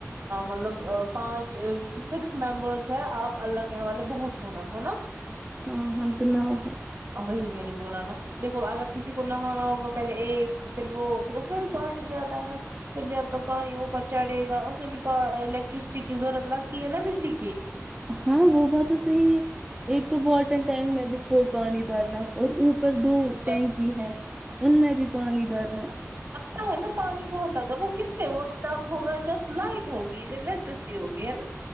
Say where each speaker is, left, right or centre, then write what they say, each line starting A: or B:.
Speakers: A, on the right; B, on the right.
A: مطلب پانچ سکس ممبرس ہے آپ اللہ کے حوالے بہت ہونا ہو نا
B: ہاں ہم تو نہؤ ہے
A: وہی میں نے بولا نا دیکو اگر کسی کو نہانا ہوگا پہلے ایک پھر وہھر اس میں بھی پانی جاتا ہے نا پھر جب توک پانی اوپر چڑھے گا اس میں بھی ٹرسٹی کی ضرورت لگتی ہے نا بجلی کی
B: ہاں وہ بات تو صحیح ہے ایک تو بہ ٹینک میں بھی فل پانی بھرنا اور اوپر دو
A: اوپر
B: ٹینکی ہے ان میں بھی پانی بھرنا
A: تا ہے نا پانی بہت لگتا ہے وہ کس سے وہ تب ہوگا جب لائٹ ہوگی جب الیکٹرسٹی ہوگی ہے نا